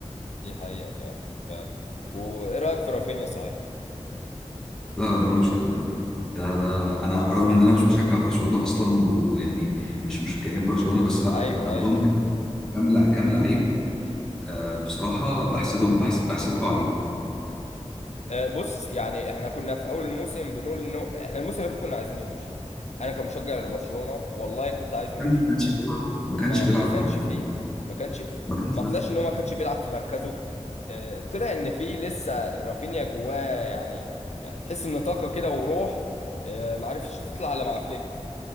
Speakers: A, on the left; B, in the centre.
A: دي حقيقه فعلا فعلا وايه رايك في رافينيا صحيح
B: لا لا ده ملوش حل ده ده انا رغم ان انا مش بشجع برشلونه اصلا ويعني مش مشجعين برشلونه بس لا
A: ايوه
B: عندهم
A: ايوه
B: كام لا كام لعيب آه بصراحه بحسدهم بحس بحسدكم عليه
A: أه بص يعني احنا كنا في اول الموسم بنقول انه احنا الموسم اللي فات كنا عايزينه يمشي انا كمشجع لبرشلونه والله كنت عايزه
B: ما
A: يمشي
B: كانش بيلعب ما كانش
A: ما
B: بيلعب
A: ما
B: في
A: كانش
B: مركز
A: فيه ما كانش
B: ما كانش
A: ما
B: لا
A: طلعش ان هو ما كانش بيلعب في مركزه أه طلع ان فيه لسه رافينيا جواه يعني يعني تحس ان طاقه كده وروح أه ما عرفتش تطلع الا مع فليك